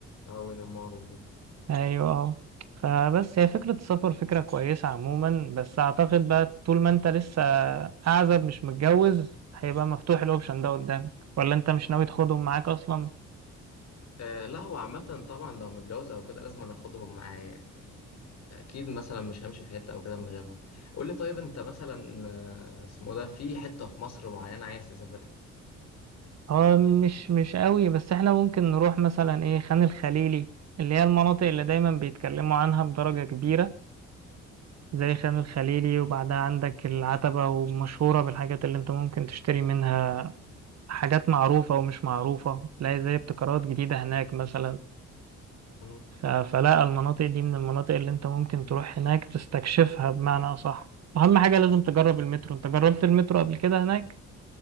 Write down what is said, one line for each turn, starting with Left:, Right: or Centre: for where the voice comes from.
Left: اه ونيمار وجون
Right: ايوه اه فبس هي فكره السفر فكره كويسه عموما بس اعتقد بقى طول ما انت لسه اعزب مش متجوز هيبقى مفتوح الاوبشن ده قدامك ولا انت مش ناوي تاخدهم معاك اصلا
Left: آه لا هو عامة طبعا لو متجوز او كده لازم انا اخدهم معايا يعني اكيد مثلا مش همشي في حتة او كده من غيرهم قول لي طيب انت مثلا آه، اسمه ده في حتة في مصر معينة عايز تسافرها
Right: هو مش مش قوي بس احنا ممكن نروح مثلا ايه خان الخليلي اللي هي المناطق اللي دايما بيتكلموا عنها بدرجة كبيرة زي خان الخليلي وبعدها عندك العتبة ومشهورة بالحاجات اللي انت ممكن تشتري منها حاجات معروفة ومش معروفة تلاقي زي ابتكارات جديدة هناك مثلا
Left: مم.
Right: ف- فلا المناطق دي من المناطق اللي انت ممكن تروح هناك تستكشفها بمعنى أصح أهم حاجة لازم تجرب المترو انت جربت المترو قبل كده هناك؟